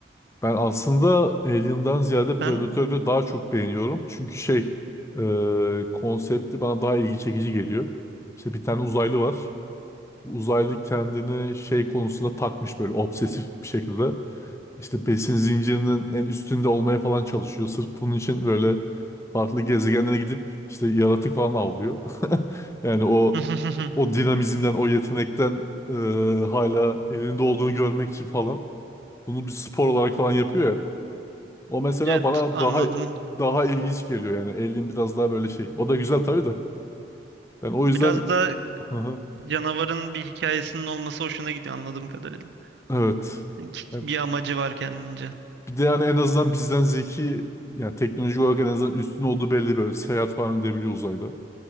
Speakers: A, on the left; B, on the right.
A: Ben aslında Alien'dan ziyade Predator'u
B: Ben
A: daha çok beğeniyorum. Çünkü şey e, konsepti bana daha ilgi çekici geliyor. İşte bir tane uzaylı var. Uzaylı kendini şey konusunda takmış böyle obsesif bir şekilde. İşte besin zincirinin en üstünde olmaya falan çalışıyor. Sırf bunun için böyle farklı gezegenlere gidip işte yaratık falan avlıyor. <laughs> Yani o
B: <laughs>
A: o dinamizmden, o yetenekten e, hala elinde olduğunu görmek için falan. Bunu bir spor olarak falan yapıyor ya. O mesela
B: evet
A: bana
B: anladım.
A: daha daha ilginç geliyor yani. Alien biraz daha böyle şey. O da güzel tabii de. Ben o yüzden
B: Biraz da
A: <laughs>
B: canavarın bir hikayesinin olması hoşuna gidiyor anladığım kadarıyla.
A: evet.
B: Yani Ki-
A: Yani
B: Bir amacı var kendince.
A: Bir de yani en azından bizden zeki yani teknoloji olarak en azından üstün olduğu belli böyle seyahat falan edebiliyor uzayda.